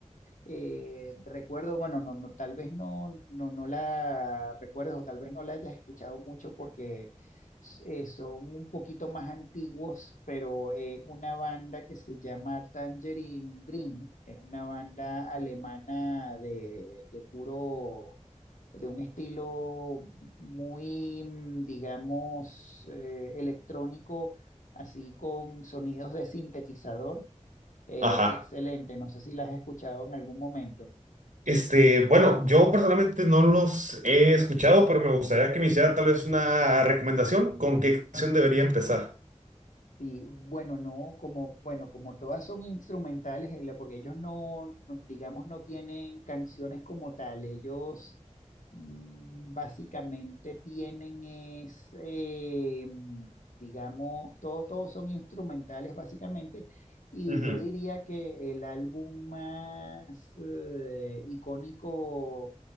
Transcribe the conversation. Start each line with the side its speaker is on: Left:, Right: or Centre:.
Left: Eh, recuerdo, bueno, no, no, tal vez no, no, no la recuerdes o tal vez no la hayas escuchado mucho porque eh, son un poquito más antiguos, pero es una banda que se llama Tangerine Dream, es una banda alemana de, de puro, de un estilo muy, mm, digamos, eh, electrónico, así con sonidos de sintetizador. Eh,
Right: Ajá.
Left: excelente, no sé si la has escuchado en algún momento.
Right: Este, bueno, yo personalmente no los he escuchado, pero me gustaría que me hiciera tal vez una recomendación con qué canción debería empezar.
Left: Sí, bueno, no, como, bueno, como todas son instrumentales, eh, la- porque ellos no, no, digamos, no tienen canciones como tal, ellos mm, básicamente tienen es, eh, mm, digamos, todo, todos son instrumentales básicamente, y
Right: Ujú,
Left: yo diría que el álbum más eh, icónico